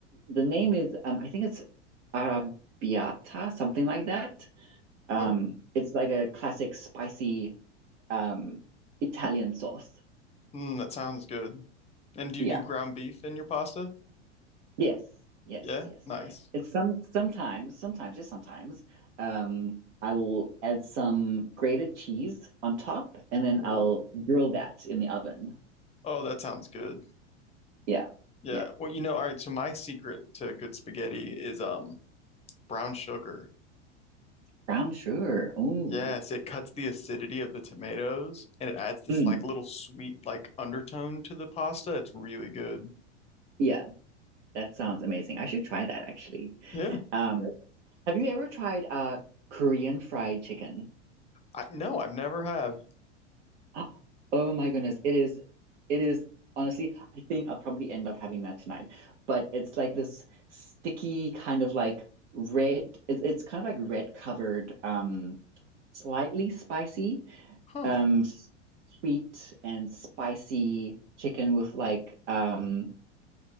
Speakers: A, on the right; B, on the left.
A: the name is. Um, I think it's Arrabbiata, something like that. Um,
B: Huh.
A: it's like a classic spicy um Italian sauce.
B: Mm, that sounds good. And do
A: Yeah.
B: you do ground beef in your pasta?
A: Yes, yes,
B: Yeah.
A: yes.
B: Nice.
A: It's some sometimes, sometimes, just sometimes, um, I will add some grated cheese on top and then
B: Oh,
A: I'll grill that in the oven.
B: oh, that sounds good.
A: Yeah,
B: Yeah.
A: yeah.
B: Well, you know, all right, so my secret to good spaghetti is um brown sugar.
A: Brown sugar. Oh,
B: Yes, it cuts the acidity of the tomatoes and it adds this
A: mm,
B: like little sweet like undertone to the pasta. It's really good.
A: yeah, that sounds amazing. I should try that actually.
B: Yeah.
A: Um, have you ever tried uh Korean fried chicken?
B: I no, I've never have.
A: <gasps> Oh my goodness. It is, it is honestly, I think I'll probably end up having that tonight. But it's like this sticky kind of like red, it's, it's kind of like red covered, um, slightly spicy,
B: Huh.
A: um, s- sweet and spicy chicken with like um,